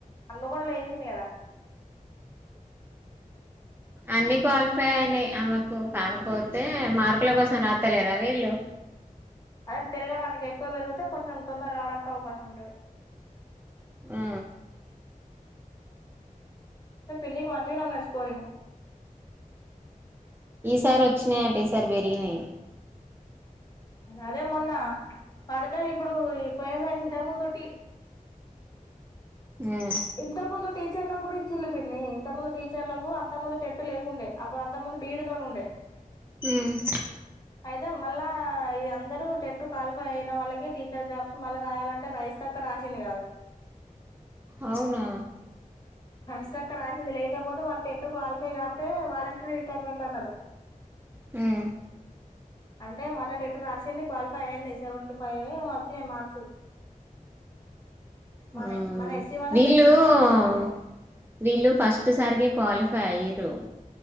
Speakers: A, on the left (about 30°); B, on the right (about 15°).
A: హన్మకొండలో చేసింది కదా
B: అన్ని క్వాలిఫై అయినాయి ఆమెకు కాకపోతే మార్కుల కోసం రాస్తలేరా వీళ్ళు
A: అదే తిరగడానికి ఎక్కువ పెరిగితే కొంచెం తొందర రావడానికి అవకాశం ఉంటది
B: ఆ
A: అంటే పిన్నికి మంచిగానే ఉన్నది స్కోర్ ఇంకా
B: ఈసారి వచ్చినాయ్యట ఈసారి పెరిగినాయ్
A: అదే మొన్న పడుదయి ఇప్పుడు ఈ పోయినసారి ఇంతకుముందు టీ
B: హ్మ్
A: ఇంతకుముందు టీచర్లకు కూడా ఇచ్చిండ్రు పిన్ని, ఇంతక ముందు టీచర్లకు అంత ముందు టెట్ లేకుండే, అప్పుడు అంత ముందు బిఈడితో ఉండే
B: హ్మ్
A: అయితే మళ్ళా ఇగ అందరు టెట్ క్వాలిఫై అయిన వాళ్ళకి, టీచర్ జాబ్స్ మళ్ళ రాయాలంటే రాజీతక్క రాసింది కాదు.
B: అవునా
A: హైయిస్తక్క రాసింది లేకపోతే వాళ్ళు టెట్టు క్వాలిఫై కాకపోతే వాలంటీరీ రిటైర్మెంట్ అన్నరు
B: హ్మ్
A: అంటే మళ్ళా టెట్ రాసింది క్వాలిఫై అయ్యింది. సెవెంటీ ఫై ఏమో వచ్చినాయి మార్క్స్. మన
B: ఆ
A: మన ఎస్సీ వాళ్ళకి
B: వీళ్ళు
A: సిక్స్టీ మార్క్స్ అసలు కి
B: వీళ్ళు ఫస్ట్ సారికే క్వాలిఫై ఫై అయిరు